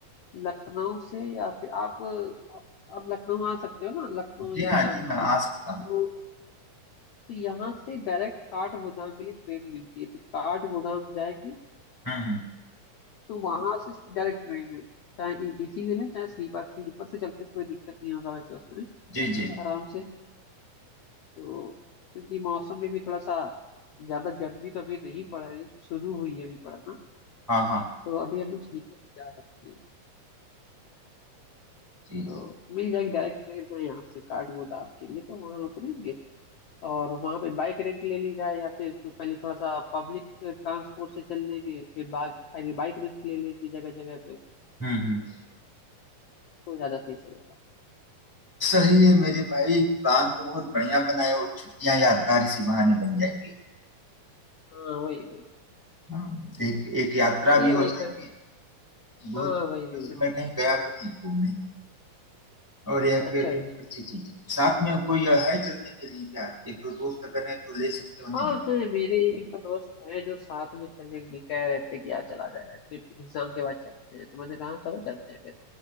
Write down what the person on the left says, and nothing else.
लखनऊ से या फिर आप आप, आप लखनऊ आ सकते हो ना लखनऊ
या
कानपुर
तो
तो यहाँ से डायरेक्ट काठगोदाम के लिए ट्रेन मिलती है तो काठगोदाम जाएंगे
तो वहां से डायरेक्ट ट्रेन है चाहे एसी लेना चाहे स्लीपर स्लीपर से चलते कोई दिक्कत नहीं होगा वैसे उसमें
आराम से तो क्योंकि मौसम में भी थोड़ा सा ज्यादा गर्मी तो अभी नहीं पड़ रही शुरू हुई है अभी पड़ना
तो अभी हम लोग स्लीपर से जा सकते हैं
तो
मिल जाएगी डायरेक्ट ट्रेन है यहाँ से काठगोदाम के लिए तो वहां उतरेंगे और वहां पे बाइक रेंट ले ली जाए या फिर कोई पहले थोड़ा सा पब्लिक ट्रांसपोर्ट से चल लेंगे फिर बाद आगे बाइक रेंट ले लेंगे जगह जगह पे
तो ज्यादा सही पड़ेगा
हाँ वही वही
चलिए
भाई
फिर
हाँ
वही वही
अच्छा
अच्छा
हाँ है मेरे एक दो दोस्त हैं जो साथ में चलेंगे कह रहे थे कि यार चला जाए ट्रिप एग्जाम के बाद चलते हैं तो मैंने कहा चलो चलते हैं फिर